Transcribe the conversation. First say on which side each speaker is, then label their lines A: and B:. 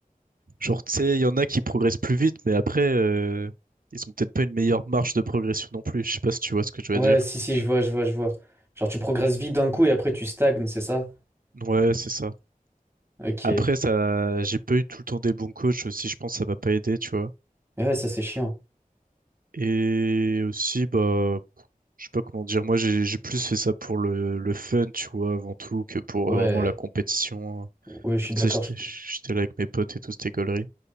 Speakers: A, on the right; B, on the right.
A: genre, tu sais, il y en a qui progressent plus vite, mais après, euh, ils ont peut-être pas une meilleure marge de progression non plus. Je sais pas si tu vois ce que je
B: Ouais,
A: veux dire.
B: si, si, je vois, je vois, je vois. Genre, tu progresses vite d'un coup et après, tu stagnes, c'est ça?
A: Ouais, c'est ça.
B: Ok.
A: Après, ça, j'ai pas eu tout le temps des bons coachs aussi. Je pense que ça m'a pas aidé, tu vois.
B: Ouais, ça, c'est chiant.
A: Et aussi, bah, je sais pas comment dire, moi j'ai j'ai plus fait ça pour le, le fun, tu vois, avant tout, que pour
B: Ouais.
A: euh, vraiment la compétition.
B: Ouais, je
A: Genre,
B: suis d'accord.
A: tu sais, j'étais
B: je-
A: j'étais là avec mes potes et tout, c'était gaulerie.